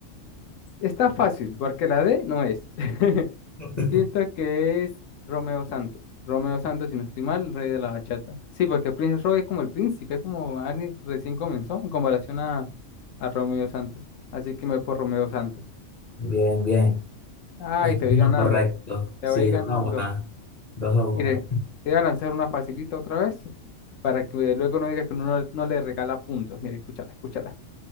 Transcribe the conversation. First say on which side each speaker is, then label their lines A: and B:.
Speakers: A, on the left; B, on the left.
A: Está fácil, porque la D no es. <laughs>
B: <laughs>
A: Siento que es Romeo Santos. Romeo Santos, si no estoy mal, rey de la bachata. Sí, porque Prince Roy es como el príncipe, es como alguien que recién comenzó en comparación a, a Romeo Santos. Así que me voy por Romeo Santos.
B: Bien, bien.
A: Ay,
B: Esto
A: te voy
B: es
A: ganando,
B: lo correcto.
A: te
B: Sí,
A: voy ganando.
B: dos a una. Dos a una.
A: Mire, te voy a lanzar una facilita otra vez para que luego no diga que uno no, no le regala puntos. Mire, escúchala, escúchala.